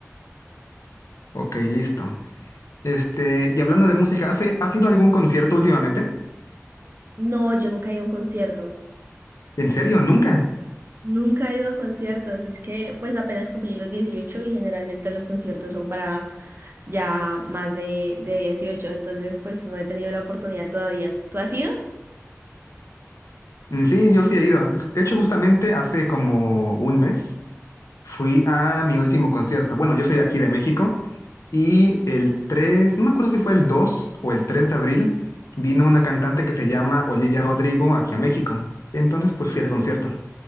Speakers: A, on the left; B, on the right.
A: ok, listo. Este, y hablando de música, ¿has, has ido a algún concierto últimamente?
B: No, yo nunca he ido a un concierto.
A: ¿En serio? ¿Nunca?
B: Nunca he ido a conciertos. Es que pues apenas cumplí los 18 y generalmente los conciertos son para ya más de, de dieciocho Entonces pues no he tenido la oportunidad todavía. ¿Tú has ido?
A: Mm, Sí, yo sí he ido. De hecho, justamente hace como un mes fui a mi último concierto. Bueno, yo soy de aquí de México y el 3, no me acuerdo si fue el 2 o el 3 de abril, vino una cantante que se llama Olivia Rodrigo aquí a México. Entonces, pues fui a ese concierto.